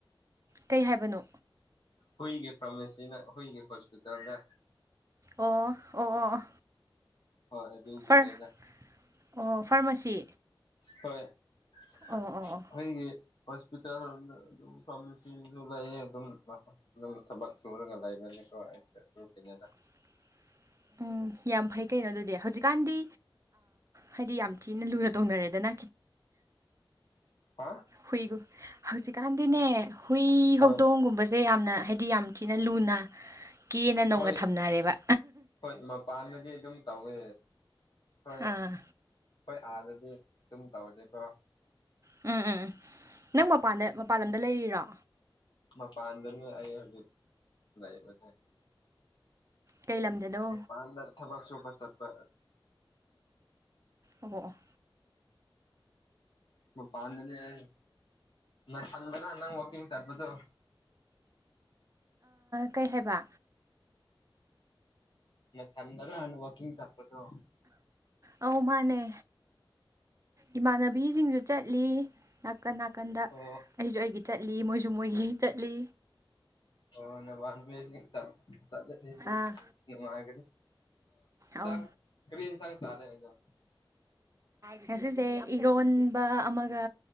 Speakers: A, on the right (about 35°); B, on the left (about 60°).
A: ꯀꯩ ꯍꯥꯏꯕꯅꯣ
B: ꯍꯈꯏꯒꯤ ꯐꯥꯔꯃꯥꯁꯤꯗ ꯍꯈꯣꯏꯒꯤ ꯍꯣꯁꯄꯤꯇꯥꯜꯗ
A: ꯑꯣ ꯑꯣ ꯑꯣ
B: ꯍꯣꯏ ꯑꯗꯨꯒꯤꯅꯦꯗ
A: ꯐꯔ ꯑꯣ ꯐꯥꯔꯃꯥꯁꯤ
B: ꯍꯣꯏ ꯑꯩꯈꯣꯏꯒꯤ
A: ꯑꯣ ꯑꯣ ꯑꯣ
B: ꯍꯣꯁꯄꯤꯇꯥꯜ ꯑꯗꯨꯝ ꯐꯥꯔꯃꯥꯁꯤꯁꯨ ꯂꯩꯑ ꯑꯗꯨꯝ ꯊꯕꯛ ꯁꯨꯔꯒ ꯂꯩꯕ ꯂꯩ ꯁꯨꯦ ꯂ ꯀꯅꯦꯗ
A: <unintelligible> ꯎꯝ ꯌꯥꯝ ꯐꯩ ꯀꯩꯅꯣ ꯑꯗꯨꯗꯤ ꯍꯧꯖꯤꯛꯀꯥꯟꯗꯤ ꯍꯥꯏꯗꯤ ꯌꯥꯝ ꯊꯤꯅ ꯂꯨꯅ ꯇꯣꯡꯅꯔꯦꯗꯅ
B: ꯍꯥ
A: ꯍꯨꯏꯒꯨꯝ ꯍꯧꯖꯤꯛꯀꯥꯟꯗꯤꯅꯦ ꯍꯨꯏ
B: ꯍꯣꯏ
A: ꯍꯧꯗꯣꯡꯒꯨꯝꯕꯁꯦ ꯌꯥꯝꯅ ꯍꯥꯏꯗꯤ ꯌꯥꯝ ꯊꯤꯅ ꯂꯨꯅ ꯀꯦꯅ ꯅꯧꯅ
B: ꯍꯣꯏ
A: ꯊꯝꯅꯔꯦꯕ
B: ꯍꯣꯏ ꯃꯄꯥꯟꯗꯗꯤ ꯑꯗꯨꯝ ꯇꯧꯋꯦ ꯍꯣꯏ
A: ꯑꯥ
B: ꯍꯣꯏ ꯑꯥꯗꯗꯤ ꯑꯗꯨꯝ ꯇꯧꯗꯦꯀꯣ
A: ꯎꯝ ꯎꯝ ꯎꯝ ꯅꯪ ꯃꯄꯥꯟꯗ ꯃꯄꯥꯟ ꯂꯝꯗ ꯂꯩꯔꯤꯔꯣ
B: ꯃꯥ ꯄꯥꯟꯗꯅ ꯑ ꯍꯧꯖꯤꯛ ꯂꯩꯕꯁꯦ
A: ꯀꯩ ꯂꯝꯗꯅꯣ
B: ꯄꯗ ꯊꯕꯛꯁꯨꯄ ꯆꯠꯄ
A: ꯑꯣꯃꯣꯛ
B: ꯃ ꯄꯥꯟꯗꯅꯤ ꯌꯥ ꯅꯪꯜ꯭ꯔ ꯅꯪ ꯋꯥꯀꯤꯡ ꯇꯔꯔꯕꯗꯨꯣ
A: ꯀꯩ ꯍꯥꯏꯕ
B: ꯃ ꯊꯗꯔ ꯋꯥꯀꯤ ꯆ ꯑꯗꯣ
A: ꯑꯧ ꯃꯥꯅꯦ ꯏꯃꯥꯟꯅꯕꯤꯁꯤꯡꯁꯨ ꯆꯠꯂꯤ ꯅꯥꯀꯟ ꯅꯥꯀꯟꯗ
B: ꯑꯣ
A: ꯑꯩꯁꯨ ꯑꯩꯒꯤ ꯆꯠꯂꯤ ꯃꯣꯏꯁꯨ ꯃꯣꯏꯒꯤ ꯆꯠꯂꯤ
B: ꯑꯣ ꯅ ꯆ
A: ꯑꯥ
B: ꯆ
A: ꯑꯧ
B: ꯆ ꯀꯔꯤ ꯏꯟꯁꯥꯡ ꯆꯥꯂꯦꯖ
A: ꯉꯁꯤꯁꯦ ꯏꯔꯣꯟꯕ ꯑꯃꯒ